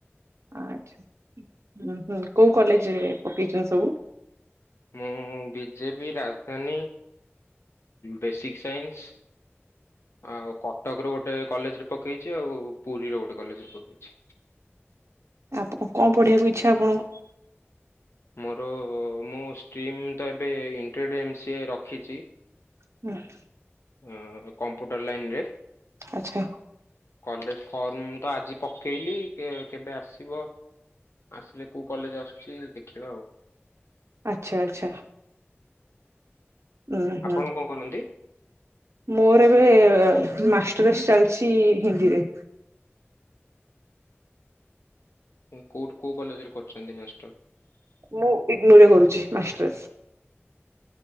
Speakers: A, on the right; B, on the left.
A: ଆଚ୍ଛା ହୁଁ ହୁଁ କଉ କଲେଜ୍ ରେ ପକେଇଚନ୍ତି ସବୁ?
B: ମୁଁ ବିଜେପି, ରାଜଧାନୀ ବେସିକ୍ ସାଇନ୍ସ୍ ଆଉ କଟକର ଗୋଟେ କଲେଜ୍ ରେ ପକେଇଚି ଆଉ ପୁରୀର ଗୋଟେ କଲେଜ୍ ରେ ପକେଇଚି।
A: ଆପ- କଣ ପଢିବାକୁ ଇଚ୍ଛା ଆପଣଙ୍କୁ?
B: ମୋର ମୁଁ ଷ୍ଟ୍ରିମ୍ ତ ଏବେ ଇଣ୍ଟ୍ରଡି ଏମ୍ ସିଏ ରଖିଚି।
A: <inaudible>
B: ଅଁ- କମ୍ପୁଟର ଲାଇନ୍ ରେ।
A: ଆଚ୍ଛା।
B: କଲେଜ ଫର୍ମ ତ ଆଜି ପକେଇଲି କେ କେବେ ଆସିବ। ଆସିଲେ କୋଉ କଲେଜ ଆସୁଛି ଦେଖିବା ଆଉ।
A: ଆଚ୍ଛା ଆଚ୍ଛା। ଉଁ ହୁଁ।
B: ଆପଣ କଣ କରନ୍ତି
A: ମୋର ଏବେ ମାଷ୍ଟର୍ସ ଚାଲିଛି ହିନ୍ଦୀରେ।
B: ଏ କୋଉଠି କୋଉ କଲେଜରେ କରୁଛନ୍ତି ନଷ୍ଟ
A: ମୁଁ ଇଗ୍ନୋରେ କରୁଛି ମାଷ୍ଟର୍ସ।